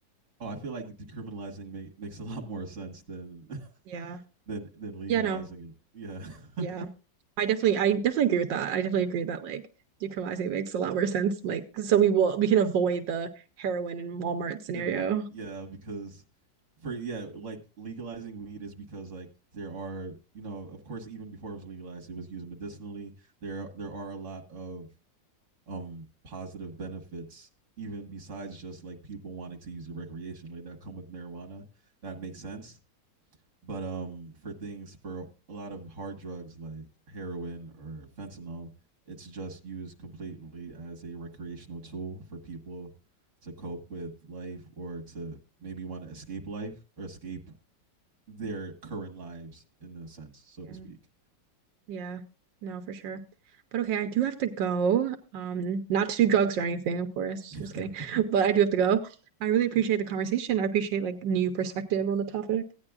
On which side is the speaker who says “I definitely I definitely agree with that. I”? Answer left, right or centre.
Right